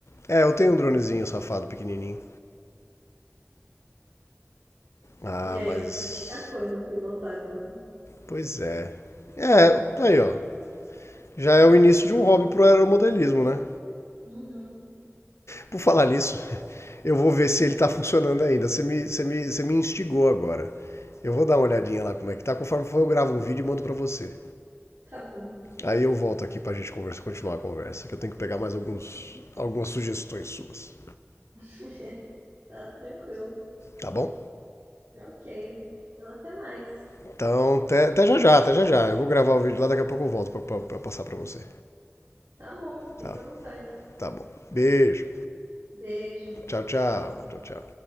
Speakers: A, on the left (about 85°); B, on the right (about 60°).
A: É, eu tenho um dronezinho safado pequenininho. Ah,
B: E aí,
A: mas.
B: vai praticar quando pilotar drone?
A: Pois é. É, aí ó. Já é o início de um hobby pro aeromodelismo, né?
B: Uhum,
A: Por falar nisso, eu vou ver se ele tá funcionando ainda. Você me, você me, você me instigou agora. Eu vou dar uma olhadinha lá como é que tá. Conforme for, eu gravo um vídeo e mando pra você.
B: tá bom.
A: Aí eu volto aqui pra gente conversa, continuar a conversa, que eu tenho que pegar mais alguns, algumas sugestões suas.
B: <laughs> Tá tranquilo.
A: Tá bom?
B: Ok. Então, até mais.
A: Então, até, até já já, até já já. Eu vou gravar o vídeo lá, daqui a pouco eu volto pra, pra- pra passar pra você.
B: Tá bom, fica
A: Tá,
B: à vontade.
A: tá bom. Beijo.
B: Beijo.
A: Tchau,
B: Tchau,
A: tchau.
B: tchau.
A: Tchau, tchau.